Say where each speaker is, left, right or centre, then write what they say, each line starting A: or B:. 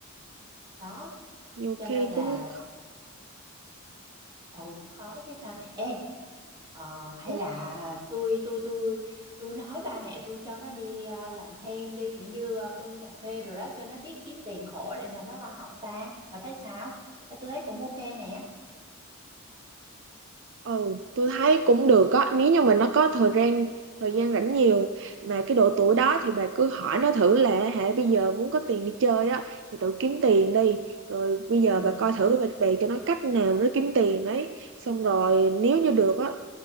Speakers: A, on the right; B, on the right.
A: đó
B: nhiều
A: cho
B: khi
A: nên là
B: cũng
A: Ồ khó chứ sao Ê ờ, hay
B: cũng
A: là tôi tôi tôi tôi nói ba mẹ tôi cho nó đi ờ, làm thêm đi kiểu như ờ, bưng cà phê rồi đó cho nó biết kiếm tiền khổ để mà nó lo học ta bà thấy sao Ê, tôi thấy cũng ok nè
B: Ừ, tôi thấy cũng được á, nếu như mà nó có thời gian thời gian rảnh nhiều mà cái độ tuổi đó thì bà cứ hỏi nó thử là hả bây giờ muốn có tiền đi chơi á thì tự kiếm tiền đi. Rồi bây
A: ừ
B: giờ bà coi thử bà bày cho nó cách nào nó kiếm tiền ấy. Xong rồi nếu như được á